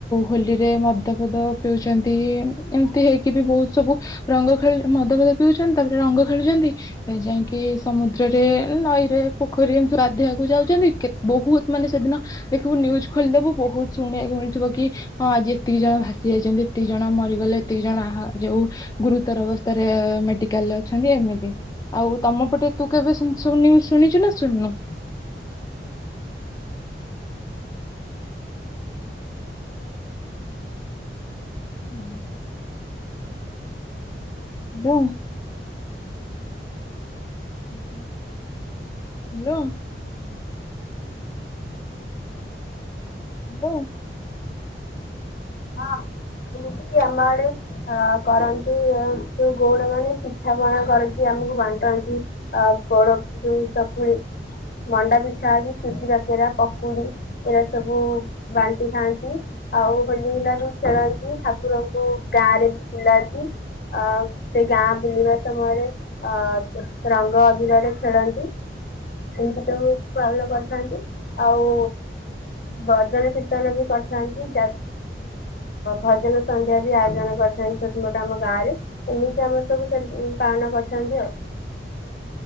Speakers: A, on the left; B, on the left.
A: ହୋଲିରେ ମଦ ଫଦ ପିଉଚନ୍ତି ଏମତି ହେଇକି ବି ବହୁତ ସବୁ ରଙ୍ଗ ଖେଳ ମଦ ଫଦ ପିଉଚନ୍ତି ତାପରେ ରଙ୍ଗ ଖେଳୁଚନ୍ତି ଯାଇକି ସମୁଦ୍ରରେ, ନଈରେ, ପୋଖରୀ ଗାଧେଇବାକୁ ଯାଉଚନ୍ତି। ବହୁତ ମାନେ ସେଦିନ ଦେଖିବୁ ନିୟୁଜ ଖୋଲିଦବୁ ବହୁତ ଶୁଣିବାକୁ ମିଳଥିବ କି ହଁ ଆଜି ଏତିକି ଜଣ ଭାସି ଯାଇଛନ୍ତି, ଏତିକି ଜଣ ମରିଗଲେ, ଏତିକି ଜଣ ଯୋଉ ଗୁରୁତର ଅବସ୍ଥା ରେ ମେଡିକାଲରେ ଅଛନ୍ତି ଏମିତି। ଆଉ ତମ ପଟେ ତୁ କେବେ ସବୁ ନିୟୁଜ ଶୁଣିଛ ନା ଶୁଣି <inaudible> ହଁ। ବ।
B: <inaudible>
A: ହାଲୋ। ହାଲୋ।
B: ହଁ। ମାନେ କି ଆମ ଆଡେ ଅ କରନ୍ତି ଯୋ ଗଉଡ ମାନେ ପିଠା ପଣା କରିକି ଆମକୁ ବାଣ୍ଟନ୍ତି। ଆ ପୋଡ଼ ଯୋଉ ଚକୁଳି ମଣ୍ଡା ପିଠା କି ସୁଜି କାକେରା, ପକୁଡି ଏଇଗୁରା ସବୁ ବାଣ୍ଟି ଥାନ୍ତି। ଆଉ ହୋଲି ହୁଲା ଯୋଉ ଖେଳାନ୍ତି ଠାକୁରଙ୍କୁ ଗାଁ ରେ ବି ବୁଲାନ୍ତି। ଅ ସେଇ ଗାଁ ବୁଲିବା ସମୟରେ ଅ ରଙ୍ଗ ଅଭିରରେ ଖେଳନ୍ତି। ଏମିତି ସବୁ ପାଳନ କରିଥାନ୍ତି। ଆଉ ଭଜନ କୀର୍ତ୍ତନ ବି କରିଥାନ୍ତି ଯା ଭଜନ ସନ୍ଧ୍ୟା ବି ଆୟୋଜନ କରିଥାନ୍ତି ଛୋଟ ମୋଟ ଆମ ଗାଁରେ। ଏମିତି ଆମର ସବୁ ସେ ଉଁ ପାଳନ କରିଥାନ୍ତି ଆଉ।